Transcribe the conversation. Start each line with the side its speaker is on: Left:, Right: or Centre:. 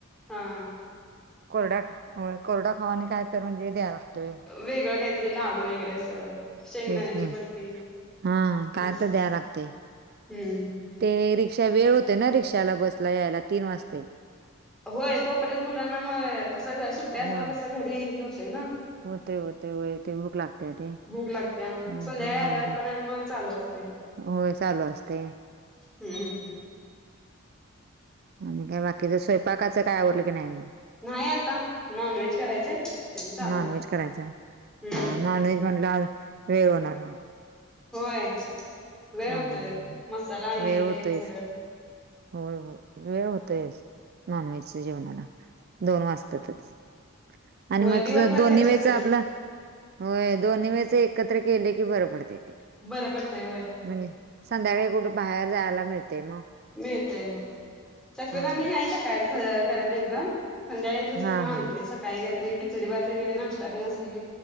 Centre: हा.
Right: कोरड्या खा, होय कोरडा खाऊ आन काय तर म्हणजे द्यायं लागतंय.
Centre: वेगळं काय त हे लाडू वगैरे असं, शेंगदाण्याची
Right: तेच की
Centre: बर्फी
Right: हा काय
Centre: असं.
Right: तर द्याय लागते.
Centre: हम्म.
Right: ते रिक्षा वेळ होते ना रिक्षाला, बसला यायला तीन वाजते.
Centre: होय. तोपर्यंत मुलांना मग कसं, सुट्टी असल्यावर
Right: होय.
Centre: कसं घरी हे होतय ना.
Right: होते होते होय ते भूक लागते ते
Centre: भूक लागत्या.
Right: ह
Centre: संध्याकाळी आल्यावर पण अ मग चालू असते.
Right: होय, चालू असते.
Centre: हम्म
Right: आणि काय बाकीच. स्वयंपाकाचं काय आवरलं की नाही आणि?
Centre: नाही आता. नॉनव्हेज करायचंय. तेच चालू
Right: नॉनव्हेज
Centre: आहे.
Right: करायचंय.
Centre: हम्म
Right: हा, नॉनव्हेज म्हंटल्यावर, वेळ होणार मग.
Centre: होय, वेळ
Right: हा
Centre: होतोय. मसाला हे
Right: वेळ होतोयच
Centre: तेन सगळं.
Right: होय होय वेळ होतोयच, नॉनव्हेजच्या जेवणाला. दोन वाजतातच. आणि
Centre: होय
Right: मग
Centre: दिवसभर
Right: ज दोन्ही
Centre: त्याच्यातच
Right: वेळेच आपलं. होय, दोन्ही वेळच एक कत्र केले कि बर पडते ते.
Centre: बरं पडतय होय.
Right: म्हणजे, संध्याकाळी कुठे बाहेर जायला मिळते मग.
Centre: मिळतय मग. शक्यतो
Right: होय
Centre: आम्ही नाही सकाळच करत एकदम. संध्याकाळच म्हणून
Right: हा
Centre: आणतोय,
Right: हा
Centre: सकाळी काहीतरी किचडी, भात वगैरे नाश्ता ते नसले की.